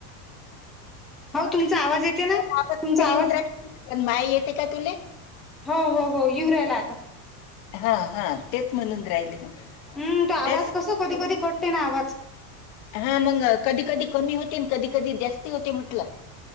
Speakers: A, in the centre; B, on the left.
A: हौ तुमचा आवाज येते ना
B: माझा
A: तुमचा
B: आवाज काय
A: आवाज
B: येऊन राहिला पण माय येते का तुले
A: हो हो हो यू राहिला आता आता
B: हा हा तेच म्हणून राहिली मग
A: हम्म तो
B: त्याच
A: आवाज कस कधी कधी कट <unintelligible> आवाज
B: हा मंग कधी कधी कमी होते आणि कधी कधी जास्ती होते म्हटलं